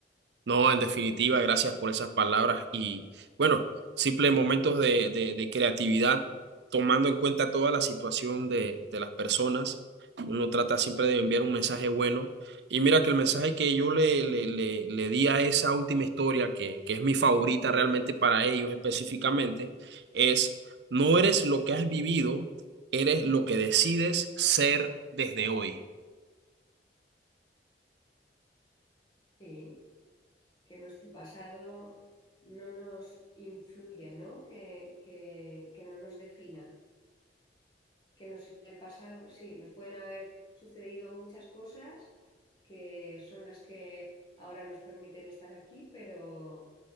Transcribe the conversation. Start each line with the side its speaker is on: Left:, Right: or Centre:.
Right: No, en definitiva, gracias por esas palabras y bueno, simples momentos de, de- de creatividad, tomando en cuenta toda la situación de, de las personas. Uno trata siempre de enviar un mensaje bueno. Y mira que el mensaje que yo le, le, le, le di a esa última historia, que, que es mi favorita realmente para ellos específicamente, es no eres lo que has vivido, eres lo que decides ser desde hoy.
Left: Sí, que nuestro pasado no nos influya, ¿no? Que, que, que no nos defina. que nos, en el pasado, pues sí, nos pueden haber sucedido muchas cosas que son las que ahora nos permiten estar aquí, pero